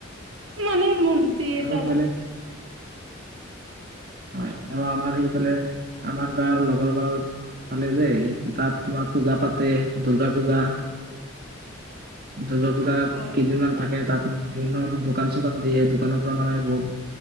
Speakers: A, on the right; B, on the right.
A: মানে মন <unintelligible>
B: আৰু বেলেগ হয় আৰু আমাৰ এইফালে আমাৰ গাঁৱ লগৰ গাৱত ফালে যে তাত তোমাৰ পূজা পাতে দূৰ্গা পূজা। দূৰ্গা পূজা
A: হয়।
B: কেইদিনমান থাকে তাত বিভিন্ন দোকান চোকান দিয়ে, দোকানৰ পৰা মানুহে বহুত